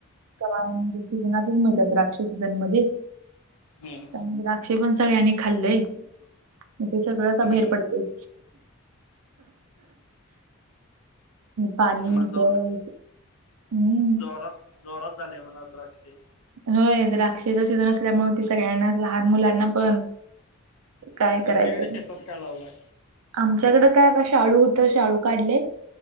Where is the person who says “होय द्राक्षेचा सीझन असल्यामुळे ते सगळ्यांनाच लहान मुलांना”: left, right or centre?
Right